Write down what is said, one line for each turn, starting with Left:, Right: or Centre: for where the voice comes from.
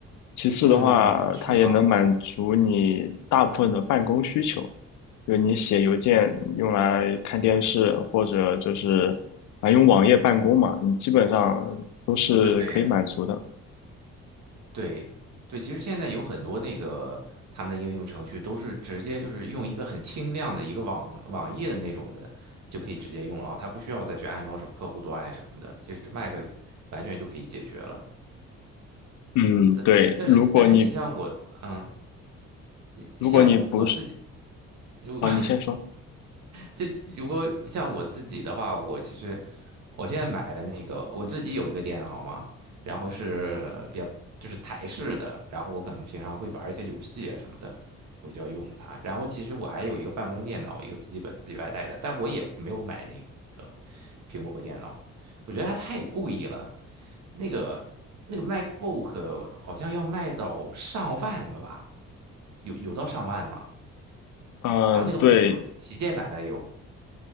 Left: 其次的话，
Right: 嗯，我续航好，
Left: 它也能满足你大部分的办公需求，就是你写邮件用来看电视，或者就是啊用网页办公嘛，你基本上都是可以满足的。
Right: 对对对，其实现在有很多那个他们的应用程序都是直接就是用一个很清亮的一个网网页的那种的就可以直接用了啊，它不需要再去安装什么客户端呀什么的，其实 Mac 完全就可以解决了。
Left: 嗯，
Right: 但但是但是你像我嗯。
Left: 对，如果你
Right: 你你像我我自己，
Left: 如果你不是
Right: 如
Left: 啊，
Right: <laughs> 果
Left: 你先说。
Right: 就如果像我自己的话，我其实我现在买的那个我自己有一个电脑嘛，然后是呃比较就是台式的，然后我可能平常会玩一些游戏啊什么的，我就要用它。然后其实我还有一个办公电脑，一个笔记本自己外带的，但我也没有买那个苹果电脑，我觉得它太贵了。那个那个 MacBook 好像要卖到上万了吧？有有到上万吗？
Left: 嗯，
Right: 好像那个
Left: 对
Right: Pro 旗舰版的有